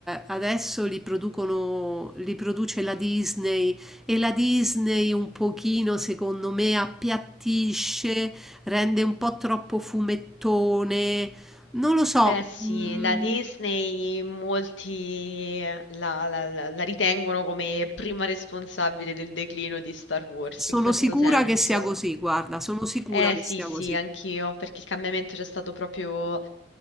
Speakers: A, in the centre; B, on the left.
A: adesso li producono, li produce la Disney e la Disney un pochino, secondo me, appiattisce, rende un po' troppo fumettone. Non lo so,
B: Beh sì,
A: mm,
B: la Disney molti la, la- la- la ritengono come prima responsabile del declino di Star Wars
A: sono
B: in questo
A: sicura
B: senso.
A: che sia così, guarda, sono sicura
B: Eh
A: che
B: sì
A: sia
B: sì,
A: così.
B: anch'io, perché il cambiamento c'è stato proprio